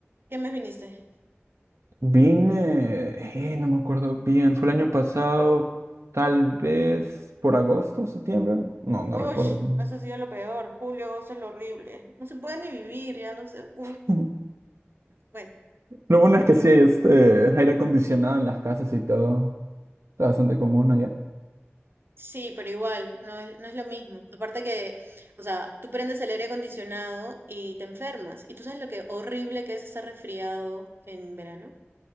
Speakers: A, on the right; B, on the right.
A: ¿Qué mes viniste?
B: Vine, eh, no me acuerdo bien, fue el año pasado, tal vez por agosto, septiembre. No, no
A: Uy,
B: recuerdo. bien.
A: eso ha sido lo peor, julio, agosto es lo horrible. No se puede ni vivir, ya no sé. un-
B: <laughs>
A: Bueno,
B: Lo bueno es que sí hay este aire acondicionado en las casas y todo. Está bastante común
A: sí, pero igual, no es, no es lo mismo. Aparte que, o sea, tú prendes el aire acondicionado y te enfermas. ¿Y tú sabes lo que horrible que es estar resfriado en verano?